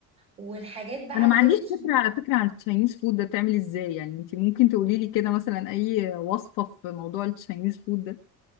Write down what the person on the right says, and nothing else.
والحاجات بقى
اللي
هي
اللي